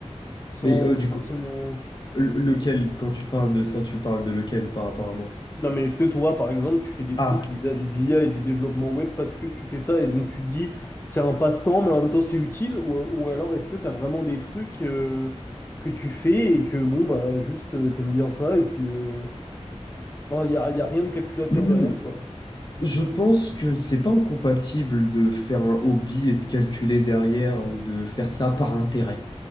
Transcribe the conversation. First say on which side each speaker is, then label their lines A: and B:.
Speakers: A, on the left; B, on the left.
A: sans
B: Mais euh, du
A: forcément...
B: coup, le- lequel, quand tu parles de ça, tu parles de lequel par rapport à moi?
A: Non, mais est-ce que toi, par exemple, tu fais des trucs
B: Ah.
A: vis-à-vis de l'IA et du développement web parce que tu fais ça et donc tu te dis c'est un passe-temps mais en même temps c'est utile ou, ou alors est-ce que t'as vraiment des trucs euh, que tu fais et que bon bah juste euh, t'aimes bien ça et puis euh, enfin il y a, y a rien de calculateur
B: Hmm.
A: derrière quoi.
B: Je pense que c'est pas incompatible de faire un hobby et de calculer derrière ou de faire ça par intérêt